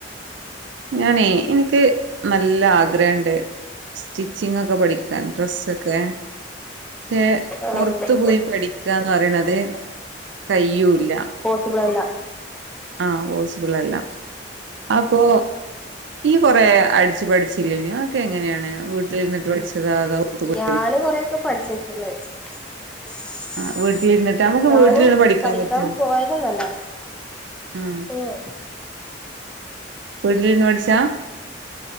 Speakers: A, on the right; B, in the centre.
A: ഞാനേ ഇൻക്ക് നല്ല ആഗ്രഹണ്ട്. സ്റ്റിച്ചിങ്ങൊക്കെ പഠിക്കാൻ ഡ്രസ്സൊക്കെ. ഷേ
B: ആഹ്
A: പോർത്തു പോയി പഠിക്കാന്ന് പറിണത് കയ്യൂല്ല.
B: പോസിബ്ളല്ല.
A: ആഹ്, പോസിബിളല്ല അപ്പോ ഇയ് കൊറേ അടിച്ച് പഠിച്ചില്യേന്യോ അഒക്കെ എങ്ങനെയാണ് വീട്ടിലിരുന്നിട്ട് പഠിച്ചതാ അതോ പൊ ത്ത്
B: ഞാന് കൊറെയൊക്കെ <unintelligible>
A: ആഹ് വീട്ടിലിരുന്നിട്ട് നമുക്ക്
B: ഞാനും
A: വീട്ടിലിരുന്ന്
B: പഠിക്കാൻ
A: പറ്റോ
B: പോയതൊന്നല്ല.
A: ആഹ്,
B: ഉം
A: വീട്ടിലിരുന്ന് പഠിച്ചാ.